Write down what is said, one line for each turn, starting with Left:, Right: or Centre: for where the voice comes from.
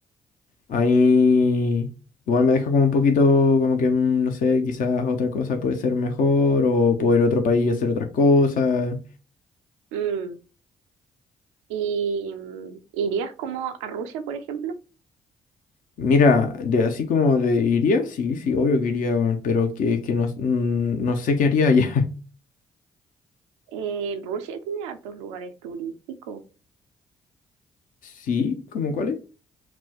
Left: ahí igual me deja como un poquito como que, mm, no sé, quizás otra cosa puede ser mejor o puedo ir a otro país y hacer otras cosas.
Right: Mm. ¿Y mm, irías como a Rusia, por ejemplo?
Left: Mira, de así como de iría, sí, sí, obvio que iría, weón, pero que es que no, mm, no sé qué haría allá. <laughs>
Right: Eh, Rusia tiene hartos lugares turísticos.
Left: Sí, cómo cuál